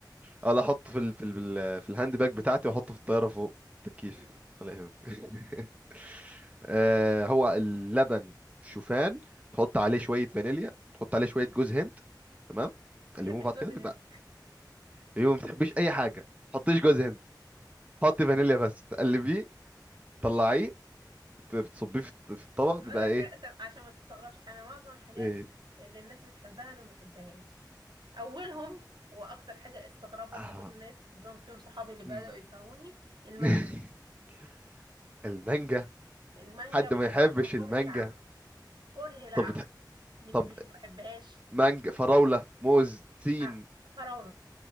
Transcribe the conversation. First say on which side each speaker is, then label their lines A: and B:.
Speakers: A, on the right; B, on the right.
A: ولا احطه في ال... في ال... في الهاند باج بتاعتي واحطه في الطياره فوق في التكييف
B: مم.
A: ولا يهمك <laughs> آه هو اللبن شوفان تحط عليه شويه فانيليا تحط عليه شويه جوز هند تمام تقلبهم
B: ما بحبش
A: في بعض
B: جوز
A: كده بيبقى
B: الهند
A: يوم ما تحبيش اي حاجه ما تحطيش جوز هند حطي فانيليا بس تقلبيه تطلعيه بت- بتصبيه في الط- في الطبق
B: اقول
A: بيبقى
B: لك
A: ايه
B: حاجه عشان عشان ما تستغربش انا معظم الحاجات
A: ايه
B: اللي الناس بتحبها انا ما بحبهاش اولهم واكتر حاجه استغرابا
A: آه.
B: ان كل الناس بما فيهم صحابي اللي بداوا
A: مم.
B: يكرهوني المانجا
A: <laughs> المانجا
B: المانجا
A: حد
B: بكرهها
A: ما يحبش المانجا
B: كره العمى كره العمى
A: طب بتح...
B: مش
A: طب
B: مش ما بحبهاش
A: مانجا فراولة موز تين
B: أ- فراولة